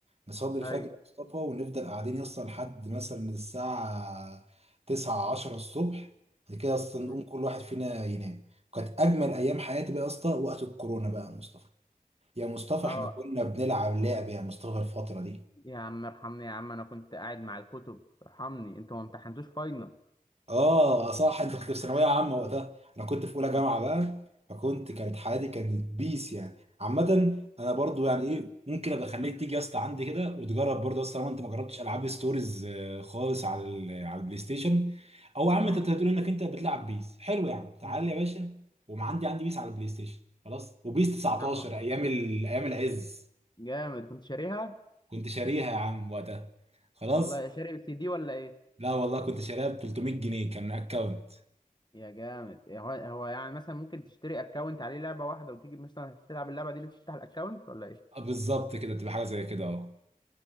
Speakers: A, on the right (about 45°); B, on the left (about 30°).
A: نصلي الفجر
B: ايوه
A: يا مصطفى ونفضل قاعدين يسطا لحد مثلا الساعة تسعة عشرة الصبح بعد كده اصلا
B: مم.
A: نقوم كل واحد فينا ينام وكانت أجمل أيام حياتي بقى يا اسطى وقت الكورونا بقى يا مصطفى يا مصطفى
B: اه
A: احنا كنا بنلعب لعب يا مصطفى الفترة دي
B: يا عم ارحمني يا عم انا كنت قاعد مع الكتب ارحمني انتوا ما امتحنتوش فاينل
A: اه صح انت كنت في ثانويه عامه وقتها انا كنت في اولى
B: مم.
A: جامعه بقى فكنت كانت حياتي كانت بيس يعني عامه انا برضو يعني ايه ممكن ابقى اخليك تيجي يا اسطى عندي كده وتجرب برضه يا اسطى لو انت ما جربتش العاب ستوريز آه، خالص على ال- على البلاي ستيشن او يا عم
B: اه
A: انت بتقول انك انت بتلعب بيس حلو يا عم تعالى
B: مم.
A: يا باشا وما عندي عندي بيس على البلاي ستيشن خلاص وبيس 19
B: يا عم
A: ايام ال... ايام العز
B: جامد كنت شاريها
A: كنت شاريها يا عم وقتها خلاص
B: والله شاري سي دي ولا ايه
A: لا والله كنت شاريها ب 300 جنيه كان اكونت
B: يا جامد إيه هو هو يعني مثلا ممكن تشتري اكونت عليه لعبه واحده وتيجي مثلا تلعب اللعبه دي اللي تفتح الاكونت ولا ايه
A: آه، بالظبط كده تبقى حاجه زي كده اه